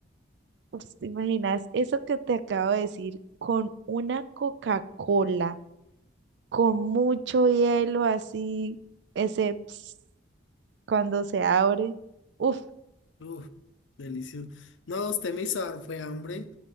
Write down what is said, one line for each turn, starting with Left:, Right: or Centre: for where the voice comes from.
Right: Uf, ¿Te imaginas eso que te acabo de decir con una Coca-Cola, con mucho hielo así, ese ps cuando se abre? Uf,
Left: Uf, delicioso. No, usted me hizo dar fue hambre.